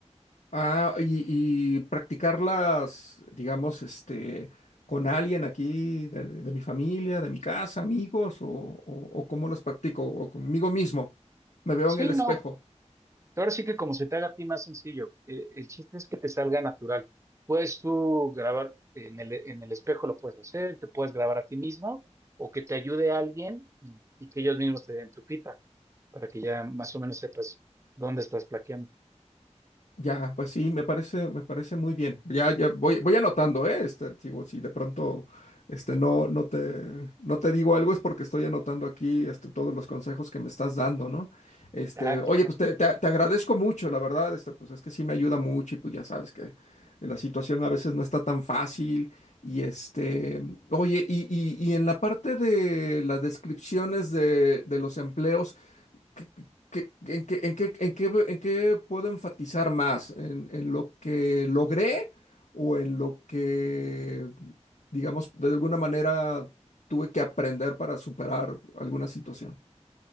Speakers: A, on the left (about 80°); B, on the right (about 25°).
A: Ah, y, y practicarlas, digamos, este, con alguien aquí de, de mi familia, de mi casa, amigos, o, o, o cómo las practico, o conmigo mismo. Me veo
B: Sí,
A: en el espejo.
B: no, Ahora sí que como se te haga a ti más sencillo, eh, el chiste es que te salga natural. Puedes tú grabar en el, en el espejo, lo puedes hacer, te puedes grabar a ti mismo o que te ayude alguien y, y que ellos mismos te den tu pipa para que ya más o menos sepas dónde estás plaqueando.
A: Ya, pues sí, me parece, me parece muy bien. Ya, ya voy, voy anotando, ¿eh? Este, digo, si de pronto este, no, no te, no te digo algo es porque estoy anotando aquí este, todos los consejos que me estás dando, ¿no? Este,
B: Ah,
A: oye,
B: claro.
A: pues te, te- te agradezco mucho, la verdad, este, pues es que sí me ayuda mucho y pues ya sabes que la situación a veces no está tan fácil. Y este, oye, y, y- y en la parte de las descripciones de, de los empleos. ¿qué- qué- qué- en qué, en qué, en qué, en qué puedo enfatizar más? ¿En, en lo que logré o en lo que, digamos, de alguna manera tuve que aprender para superar alguna situación?